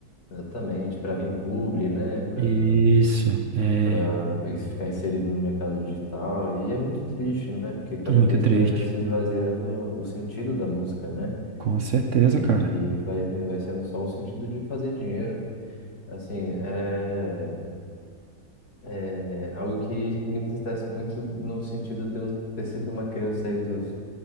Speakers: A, on the left; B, on the right.
A: exatamente, para vir publi, né? Para
B: Isso, é
A: para ficar inserido no mercado digital. E é muito triste, né? Porque cada
B: muito
A: vez
B: triste.
A: mais vai se esvaziando o sentido da música, né?
B: Com certeza,
A: E
B: cara.
A: vai, vai sendo só o sentido de fazer dinheiro. Assim, é, é algo que me entristece muito no sentido de eu ter sido uma criança aí dos